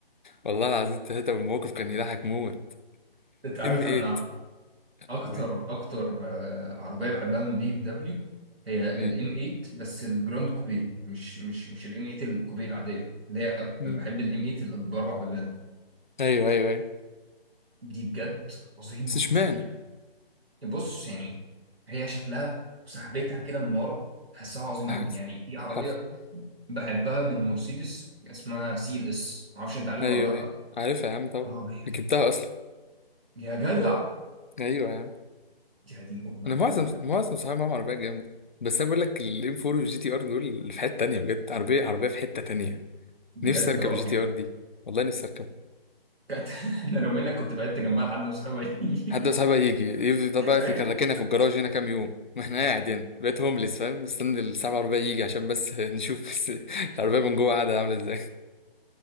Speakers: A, on the left; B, on the right.
A: والله العظيم ثلاثة والموقف كان يضحك موت
B: انت عارف
A: ام 8
B: انا اكتر
A: أمريكا
B: اكتر آه، عربيه بحبها من بي ام دبليو هي
A: مم.
B: الام 8 بس الجراند كوبي مش مش مش الام 8 الكوبي العاديه اللي هي
A: مم.
B: بحب الام 8 باربع بيبان
A: أيوه أيوه أيوه
B: دي بجد عظيمه
A: بس إشمعنى؟
B: عظيمه بص يعني هي شكلها وسحبتها كده من ورا تحسها عظيمه
A: عارف
B: قوي يعني في عربيه
A: عارف.
B: بحبها من مرسيدس اسمها سي ال اس معرفش انت عارفها
A: أيوه
B: ولا لا
A: أيوه عارفها يا عم طبعا
B: العربيه دي
A: ركبتها أصلا
B: يا جدع
A: أيوه يا عم
B: يا دين ام
A: أنا
B: على الجمال
A: معظم
B: يا جدع
A: معظم صحابي معاهم عربيات جامدة بس أنا بقول لك الام 4 والجي تي ار دول اللي في حتة تانية بجد عربية عربية في حتة تانية
B: بجد
A: نفسي أركب
B: اه
A: الجي تي
B: يعني
A: ار دي والله نفسي أركب
B: كانت <laughs> انا لو منك كنت بعدت جنبها لحد ما اصحابها يجي
A: حد من صاحبي يجي يفضل
B: <laughs>
A: بقى كان راكنها في الجراج هنا كام يوم <laughs> واحنا قاعد هنا بقيت هومليس فاهم مستني الساعة العربية يجي عشان بس نشوف بس <laughs> العربية من جوه قاعدة عاملة ازاي <laughs>